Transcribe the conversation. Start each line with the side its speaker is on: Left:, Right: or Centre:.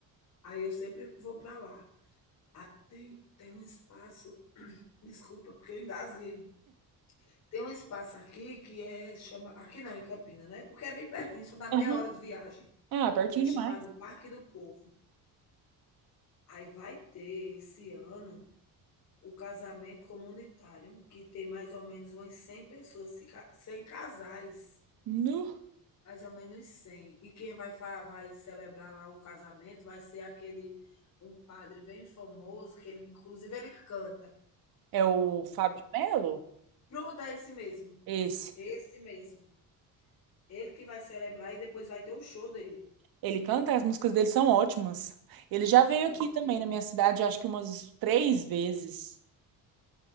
Left: aí eu sempre vou para lá. Ah, tem, tem um espaço, desculpa, porque eu engasguei. Tem um espaço aqui que é chama, aqui não, em Campina, né? Porque é bem pertinho, só dá meia
Right: Aham.
Left: hora de viagem.
Right: Ah, pertinho
Left: É chamado
Right: demais.
Left: Parque do Povo. Aí vai ter esse ano o casamento comunitário, que tem mais ou menos umas 100 pessoas, se ca- 100 casais,
Right: Nu.
Left: mais ou menos cem E quem vai, fa- vai celebrar lá o casamento vai ser aquele, um padre bem famoso, que ele, inclusive, ele canta.
Right: É o Fábio de Melo?
Left: Pronto, é esse mesmo.
Right: Esse.
Left: Esse mesmo. Ele que vai celebrar e depois vai ter o show dele.
Right: Ele canta, as músicas dele são ótimas. Ele já veio
Left: Pronto.
Right: aqui também
Left: Ele,
Right: na minha cidade, acho que umas três vezes.